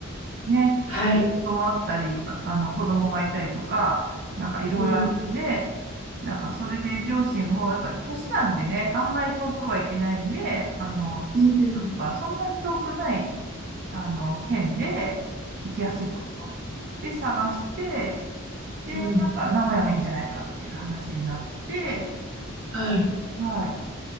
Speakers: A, on the right; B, on the right.
A: ね、
B: はい。
A: 子供あったり、かあの、子供がいたりとか、なんかいろいろあるんで、
B: うん。
A: なんかそれで両親もやっぱ年なんでね、あんまり遠くはいけないんで、あの、住んでるとこからそんなに遠くない、
B: うんうん
A: あの、県で行きやすいところで探して、で、
B: うん。
A: なんか、名古屋がいいんじゃないかっていう話になって、
B: はい。
A: はい。